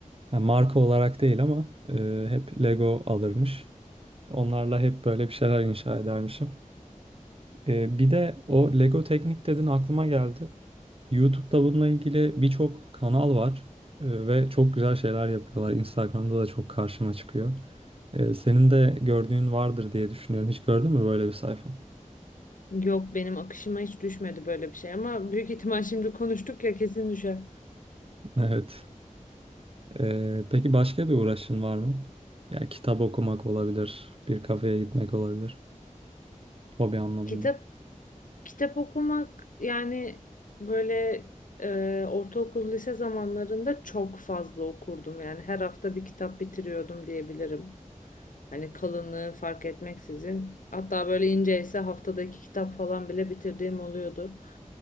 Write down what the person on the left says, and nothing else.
Yok benim akışıma hiç düşmedi böyle bir şey ama büyük ihtimal şimdi konuştuk ya kesin düşer.
Kitap Kitap okumak yani böyle e, ortaokul lise zamanlarında çok fazla okurdum. Yani her hafta bir kitap bitiriyordum diyebilirim. Hani kalınlığı fark etmeksizin. Hatta böyle ince ise haftadaki kitap falan bile bitirdiğim oluyordu.